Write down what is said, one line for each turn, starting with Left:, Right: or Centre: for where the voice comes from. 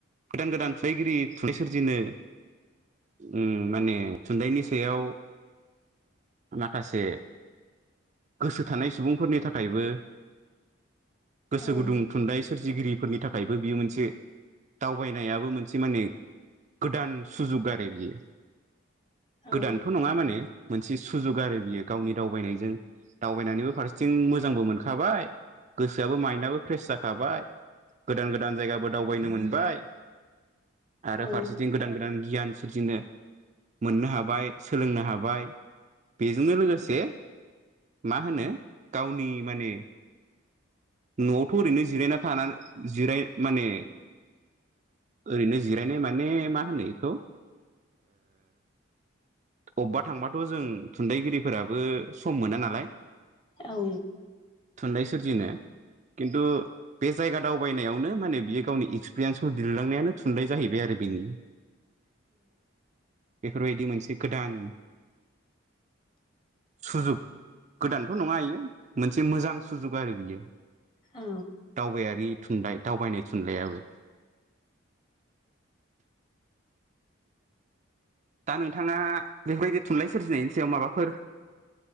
Right: गोदान गोदान थुनलाइगिरि थुनलाइ सोरजिनो ओम माने थुनथाइनि सायाव माखासे गोसो थानाय सुबुंफोरनि थाखायबो गोसो
Left: औ
Right: गुदुं थुनलाइ सोरजिगिरिफोरनि थाखायबो बियो मोनसे दावबायनायाबो मोनसे माने गोदान सुजुग आरो बियो
Left: औ
Right: गोदानथ' नङा माने मोनसे सुजुग आरो बियो गावनि दावबायनायजों दावबायनानैबो फारसेथिं मोजांबो मोनखाबाय गोसोयाबो माइन्दआबो फ्रेस जाखाबाय गोदान गोदान जायगाबो दावबायनो मोनबाय। आरो
Left: औ
Right: फारसेथिं गोदान गोदान गियान सोरजिनो मोननो हाबाय। हाय सोलोंनो हाबाय। बेजोंनो लोगोसे मा होनो गावनि माने न'आवथ' ओरैनो जिरायना थानानै जिराय माने। ओरैनो जिरायनाय माने मा होनो एखौ ओ अबेबा थांबाथ' जों थुनलाइगिरिफोराबो सम मोना नालाय।
Left: औ
Right: थुनलाइ सोरजिनो खिनथु बे जायगा दावबायनायावनो माने बियो गावनि एक्सपिरियेन्सफोर लिरलांनायानो थुनलाइ जाहैबाय आरो बेनि बेफोर बायदि मोनसे गोदान सुजुग गोदानथ' नङा इयो मोनसे मोजां सुजुग आरोखि
Left: औ
Right: दावबायारि थुनलाइ दावबायनाय थुनलाइबो दा नोंथाङा बेफोरबायदि थुनलाइ सोरजिनायनि सायाव माबाफोर